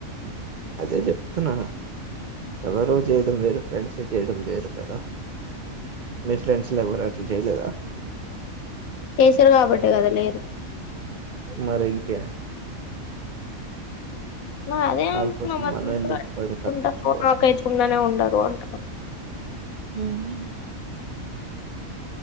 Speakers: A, on the right; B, on the left.
A: అదే చెప్తున్నా ఎవరు చేయడం వేరు ఫ్రెండ్స్ ఏ చేయడం వేరు కదా మీ ఫ్రెండ్స్ లో ఎవరు అట్లు చేయలేదా
B: చేశారు కాబట్టి కదా లేదు
A: మరి ఇంకే
B: మరి అదే
A: వాళ్ళ
B: అంటున్నాం
A: కోసం
B: మరి
A: మనం ఎందుకు పడి తప్పించుకోవడం
B: అంద నాక అతుకుండానే ఉ టారు అంటునా
A: ఉమ్